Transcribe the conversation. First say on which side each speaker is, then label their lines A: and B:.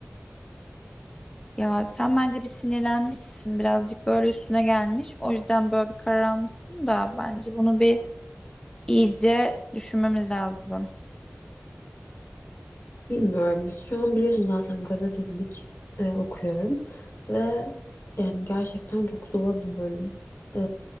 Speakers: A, on the left; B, on the left.
A: Ya sen bence bir sinirlenmişsin, birazcık böyle üstüne gelmiş. O yüzden böyle bir karar almışsın da bence bunu bir iyice düşünmemiz lazım.
B: Bilmiyorum. Şu an biliyorsun zaten gazetecilik e, okuyorum ve yani gerçekten çok zor bir bölüm. E,